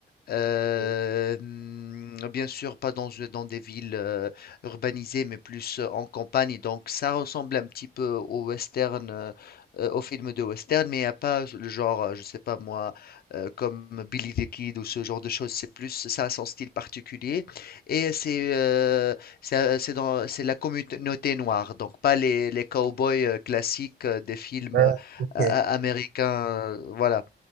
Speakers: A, on the left; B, on the right.
A: Heu,
B: Mhm.
A: mmh, bien sûr, pas dans euh, dans des villes, heu, urbanisées, mais plus, heu, en campagne, donc ça ressemble un petit peu au western, heu heu, aux films de western, mais il y a pas le genre, heu, je sais pas moi, heu, comme Billy the Kid ou ce genre de choses. C'est plus ça a son style particulier et c'est, heu, ça c'est dans c'est la communauté noire, donc pas les les cowboys boys classiques, heu, des films,
B: Ah,
A: heu,
B: ok.
A: a a américains, heu, voilà